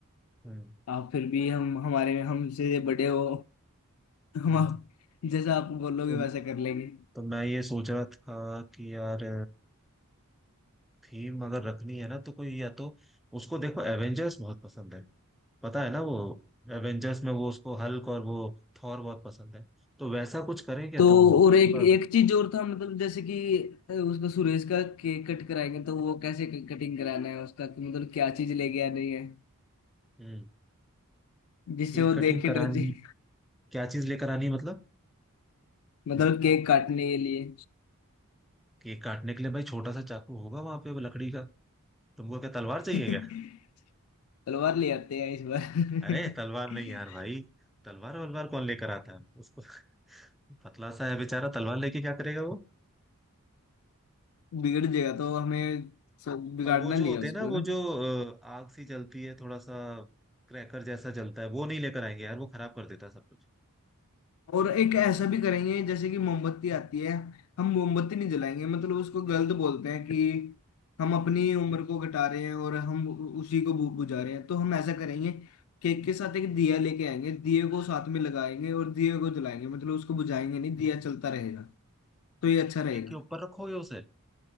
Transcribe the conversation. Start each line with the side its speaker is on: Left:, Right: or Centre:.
Centre: हम्म
Left: आप फिर भी हम हमारे हमसे बड़े हो हम
Centre: हम्म
Left: आप जैसा आप बोलोगे
Centre: तो,
Left: वैसा कर लेंगे
Centre: तो मैं ये सोच रहा था कि यार थीम अगर रखनी है ना तो कोई या तो उसको देखो एवेंजर्स बहुत पसंद है पता है ना वो एवेंजर्स में वो उसको हल्क और वो थॉर बहुत पसंद है तो वैसा कुछ करें क्या
Left: तो
Centre: तुम थोड़ा
Left: और एक एक चीज और था मतलब जैसे कि अ, उसका सुरेश का केक कट कराएंगे तो वो कैसे कटिंग कराना है उसका कि मतलब क्या चीज लेके आनी है
Centre: हम्म
Left: जिससे
Centre: केक
Left: वो
Centre: कटिंग
Left: देख के
Centre: करानी
Left: डर जाए
Centre: क्या चीज लेकर आनी है मतलब
Left: मतलब केक काटने के लिए
Centre: केक काटने के लिए भाई छोटा सा चाकू होगा वहां पे वो लकड़ी का तुमको क्या तलवार
Left: <laughs>
Centre: चाहिए क्या
Left: तलवार ले आते हैं इस बार
Centre: <laughs>
Left: <laughs>
Centre: अरे तलवार नहीं यार भाई तलवार वलवार कौन लेकर आता है उसको <laughs> पतला सा है बेचारा तलवार लेके क्या करेगा वो
Left: बिगड़ जाएगा तो हमें सो बिगाड़ना
Centre: और वो जो
Left: नहीं
Centre: होते
Left: है उसको
Centre: हैं ना वो
Left: ना
Centre: जो अ, आग सी जलती है थोड़ा सा क्रैकर जैसा जलता है वो नहीं लेकर आएंगे यार वो खराब कर देता है सब कुछ
Left: और एक ऐसा भी करेंगे जैसे कि मोमबत्ती आती है हम मोमबत्ती नहीं जलाएंगे मतलब उसको गलत बोलते हैं कि हम अपनी उम्र को घटा रहे हैं और हम उ- उसी को बु- बुझा रहे हैं तो हम ऐसा करेंगे केक के साथ एक दिया लेके आएंगे दिए को साथ में लगाएंगे और दिए को जलाएंगे मतलब उसको बुझाएंगे नहीं दिया चलता रहेगा तो ये अच्छा रहेगा
Centre: केक के ऊपर रखोगे उसे